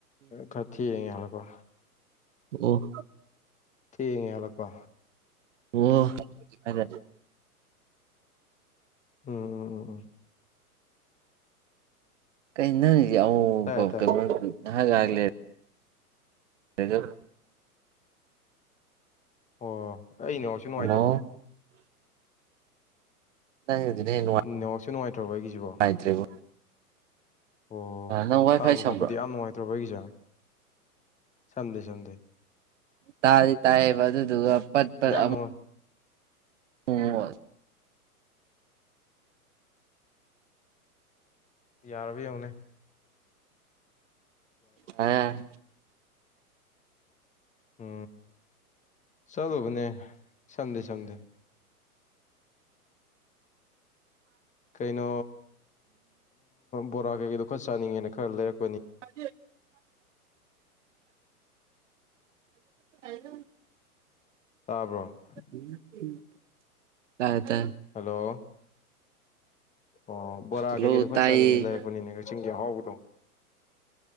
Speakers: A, on the left (about 15°); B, on the right (about 50°).
A: ꯈ ꯊꯤ ꯍꯂꯄ
B: ꯑꯣ
A: ꯊꯦꯡꯉꯦ ꯍꯂꯛꯄ
B: ꯑꯣ ꯐꯗ
A: ꯎꯝ ꯎꯝ ꯎꯝ ꯎꯝ
B: ꯀꯩ ꯅ
A: ꯇꯥꯏꯌꯦ ꯇꯥꯏꯌꯦ
B: ꯀ ꯍꯥꯏꯂ ꯍꯅ
A: ꯑꯣ ꯑꯩ ꯏꯅꯦꯁꯨ ꯅꯨꯡꯉꯥꯏꯇꯕꯥ
B: ꯑꯃꯣ ꯅꯪꯒꯤꯗꯨꯅ ꯍꯦꯟꯅ
A: ꯅꯍꯥꯛꯁꯨ ꯅꯨꯡꯉꯥꯏꯇ꯭ꯔꯕ ꯑꯩꯒꯤꯁꯤꯕꯣ
B: ꯅꯨꯡꯉꯥꯏꯇ꯭ꯔꯦꯕꯣ
A: ꯑꯣ
B: ꯅꯪ ꯋꯥꯏ
A: ꯇꯥꯕ
B: ꯐꯥꯏ ꯁꯝꯕ꯭ꯔꯣ
A: ꯈꯣꯠꯄꯗꯤ ꯌꯥꯝ ꯅꯨꯡꯉꯥꯏꯇ꯭ꯔꯕ ꯑꯩꯒꯤꯁꯦ ꯁꯝꯗ ꯁꯝꯗ
B: ꯇꯥꯗꯤ ꯇꯥꯏꯌꯦꯕꯗꯨꯗꯨꯒ ꯄꯗ ꯄ
A: ꯌꯥꯝ
B: ꯑꯃ
A: ꯅꯨꯡꯉꯥꯏ
B: ꯑꯣ
A: ꯌꯥꯔꯕ ꯍꯧꯅꯦ
B: ꯑ
A: ꯎꯝ ꯆꯂꯨ ꯃꯅꯦ ꯁꯪꯗꯦ ꯁꯪꯗꯦ ꯀꯩꯅꯣ ꯕꯣꯔꯥ ꯀꯩꯗꯣ ꯈꯔ ꯆꯥꯉꯦꯅ ꯈꯔ ꯂꯩꯔꯛ
B: ꯑꯗꯨ ꯍꯂ
A: ꯇꯥꯕ꯭ꯔꯣ
B: ꯎꯝ ꯇꯥꯏ ꯇꯥꯏ
A: ꯍꯜꯂꯣ ꯑꯣ ꯕꯣꯔꯥ
B: ꯍꯜꯂꯣ
A: ꯀꯩꯀꯩꯗꯣ ꯈꯔ
B: ꯇꯥꯏꯌꯦ
A: ꯆꯥꯅꯤꯡꯉꯦ ꯂꯩꯔꯛꯄꯅꯤꯅꯦ ꯀꯛꯆꯤꯡ ꯑꯍꯥꯎꯕꯗꯣ